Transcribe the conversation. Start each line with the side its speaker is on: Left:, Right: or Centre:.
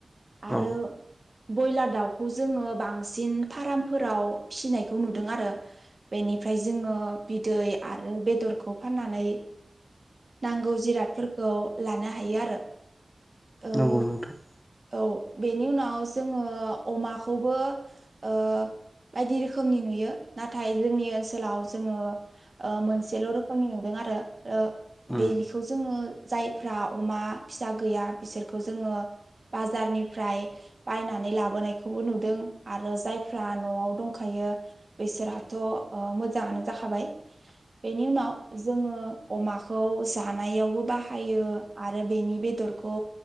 Right: आरो
Left: औ
Right: बयलार दाउखौ जोङो बांसिन फार्मफोराव फिसिनायखौ नुदों आरो बेनिफ्राय जोङो बिदै आरो बेदरखौ फाननानै नांगौ जिरादफोरखौ लानो हायो आरो। ओ
Left: नंगौ नोंथां।
Right: औ बेनि उनाव जोङो अमाखौबो ओ बायदि रोखोमनि नुयो नाथाय जोंनि ओनसोलाव जोङो ओ मोनसेल' रोखोमनि नुदों आरो ओ
Left: उम
Right: बेनिखौ जोङो जायफ्रा अमा फिसा गैया बिसोरखौ जोङो बाजारनिफ्राय बायनानै लाबोनायखौबो नुदों आरो जायफ्रा न'आव दंखायो <unintelligible> बेसोरहाथ' ओ मोजाङानो जाखाबाय।
Left: औ
Right: बेनि उनाव जोङो अमाखौ जानायावबो बाह हायो आरो बेनि बेदरखौ